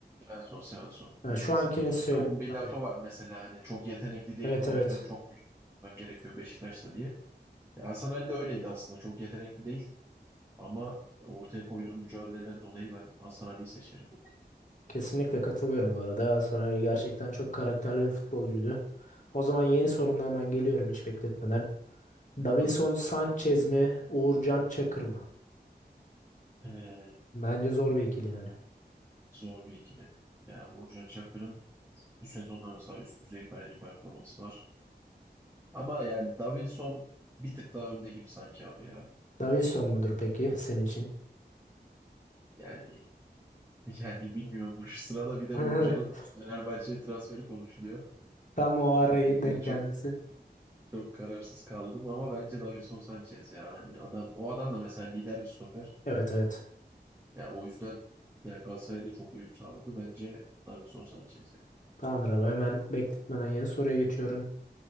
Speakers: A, on the right; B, on the left.
A: Svensson, Svensson.
B: Yani
A: Yeni
B: şu ankinin
A: sezonu.
B: söyle...
A: Onun bir
B: Aynen.
A: lafı var mesela hani çok yetenekli değilim
B: Evet
A: o
B: evet.
A: yüzden çok mücadele etmem gerekiyor Beşiktaş'ta diye. Ya Hasan Ali de öyleydi aslında. Çok yetenekli değil ama ortaya koyduğu mücadeleden dolayı ben Hasan Ali'yi seçerim.
B: Kesinlikle katılıyorum bu arada. Hasan Ali gerçekten çok karakterli bir futbolcuydu. O zaman yeni sorumla hemen geliyorum hiç bekletmeden. Davinson
A: Tabii.
B: Sanchez mi? Uğurcan Çakır mı?
A: E,
B: Bence zor bir ikili yani.
A: zor bir ikili. Yani Uğurcan Çakır'ın bu sezonda mesela üst düzey kaleci performansı var. Ama yani Davinson bir tık daha önde gibi sanki abi ya.
B: Davinson
A: Hani
B: mudur peki senin için?
A: yani <laughs> yani bilmiyorum. Şu sırada bir de
B: <laughs>
A: Uğurcan'ın Fenerbahçe'ye transferi konuşuluyor.
B: Tam o
A: Hani
B: ara
A: o yüzden
B: denk
A: çok
B: gelmesi.
A: çok kararsız kaldım ama bence Davinson Sanchez ya. Hani adam o adam da mesela lider bir stoper.
B: Evet evet.
A: Ya o yüzden yani Galatasaray'da çok uyum sağladı. Bence Davinson Sanchez ya.
B: Tamamdır abi hemen bekletmeden yeni soruya geçiyorum.